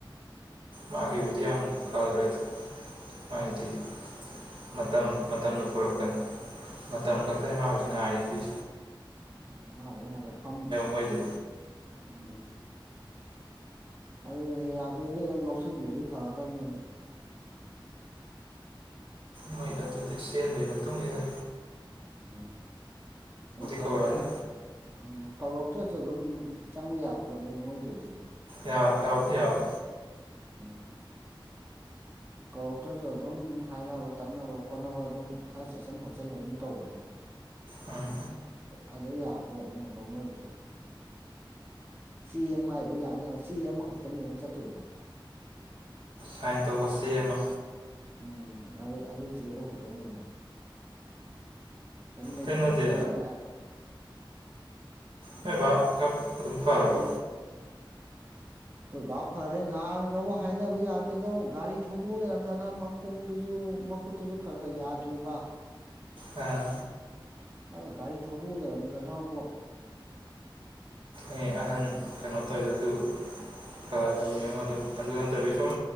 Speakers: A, on the right; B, on the right.
A: ꯃꯥꯒꯤꯕꯨꯗꯤ ꯌꯥꯝ ꯐꯈ꯭ꯔꯦ ꯍꯥꯏꯗꯤ
B: ꯎꯝ
A: ꯃꯇꯝ ꯃꯇꯝꯅ ꯄꯨꯔꯛꯀꯅꯤ ꯃꯇꯝ ꯈꯛꯇꯅꯦ ꯃꯥ ꯍꯧꯖꯤꯛ ꯉꯥꯏꯗꯣꯢ
B: ꯃꯥ ꯃꯥꯗ ꯉꯥꯏꯁꯦ ꯐꯝ
A: ꯃꯣꯏꯗꯤ
B: ꯎꯝ ꯑꯗꯨꯅꯦ ꯌꯥꯕꯤꯔꯗꯤ ꯑꯗꯨꯝ ꯂꯧꯁꯤꯟꯕꯤꯔꯗꯤ ꯐꯒꯗꯕꯅꯤꯅꯦ
A: ꯃꯣꯏ ꯑꯗꯨꯗꯤ ꯆꯦꯟꯕꯩ ꯃꯇꯨꯡ ꯏꯟꯂꯦ
B: ꯎꯝ ꯅꯪ ꯀꯧꯔꯛꯀꯦꯔꯥ
A: ꯀꯧꯔꯛꯑꯅꯤ
B: ꯎꯝ ꯀꯧꯔ ꯈ ꯈ꯭ꯔꯁꯨ ꯑꯗꯨꯝ ꯆꯪꯕ ꯌꯥꯕ ꯄꯣꯠꯅꯤ ꯃꯣꯏꯗꯨꯗꯤ
A: ꯌꯥ ꯌꯥꯕꯨꯗꯤ ꯌꯥꯕ
B: ꯑꯣ ꯀꯧꯔꯛꯇ꯭ꯔꯁꯨ ꯑꯗꯨꯝ ꯍꯥꯏꯅꯕ ꯇꯛꯅꯕ ꯈꯣꯠꯅꯕ ꯑꯗꯨꯝ ꯈꯔ ꯆꯠꯁꯤꯟ ꯈꯣꯠꯆꯟ ꯑꯗꯨꯝ ꯇꯧꯕꯗꯣ
A: ꯎꯝ
B: ꯑꯗꯨ ꯌꯥ ꯄꯣꯠꯅꯦꯕ ꯃꯣꯏꯗꯤ ꯆꯦ ꯑꯃꯥꯏꯗ ꯌꯥꯝꯃ ꯌꯥꯝ ꯆꯦ ꯑꯃꯈꯛꯇ ꯅꯦꯝꯃꯦ ꯆꯠꯇꯣꯏꯗꯣ
A: ꯁꯥꯏꯟ ꯇꯧꯕ ꯆꯦ ꯑꯃ
B: ꯎꯝ ꯑꯗꯨ ꯑꯗꯨ ꯏ ꯆꯦꯗꯣ ꯈꯛꯇ ꯅꯦꯝꯃꯦ ꯀꯔꯤꯝ ꯂꯩꯇꯦꯕ
A: ꯀꯩꯅꯣꯗꯤ
B: ꯐꯣꯔꯃꯦꯠ
A: ꯍꯕꯞ ꯑꯗꯨ ꯑꯗꯨꯝ ꯐꯥꯔꯔꯕꯣ
B: ꯑꯩꯈꯣꯏ ꯚꯕꯥꯞ ꯐꯔꯦ ꯉꯍꯥꯟꯒꯕꯨꯥꯎ ꯍꯥꯏꯅꯕ ꯌꯥꯗꯦꯗꯕꯨ ꯒꯥꯔꯤ ꯊꯧꯗꯣꯛ ꯂꯩꯔꯝꯖꯥꯠꯅ ꯃꯈꯣꯏ ꯈꯣꯡꯗꯨꯁꯨ ꯃꯈꯨꯠꯇꯨꯁꯨ ꯈꯔ ꯈꯔ ꯌꯥꯗ꯭ꯔꯤꯕ
A: ꯑ
B: ꯑꯗꯣ ꯒꯥꯔꯤ ꯊꯧꯗꯣꯛꯑ ꯂꯩꯔꯝꯗꯅꯕꯣ
A: ꯑꯦ ꯑꯍꯟ ꯀꯩꯅꯣ ꯇꯧꯋꯦꯗ ꯑꯗꯨ ꯐꯔ ꯃꯤꯉꯨꯡ ꯑꯗꯨ ꯑꯗꯨ ꯅꯠꯇꯕꯤ ꯁꯨꯝ